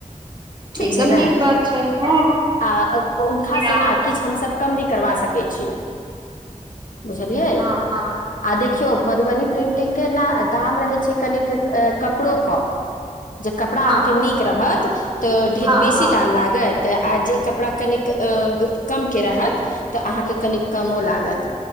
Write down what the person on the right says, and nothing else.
एकदम
नीक बात छै हँ
हँ
हँ
हँ
हँ
हँ